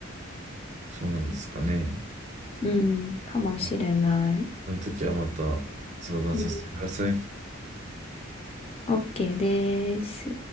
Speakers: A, on the right; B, on the left.
A: そうなんですかね。
B: うん、かもしれない。
A: まあ、その時はまた相談させてください。
B: うん。OK です。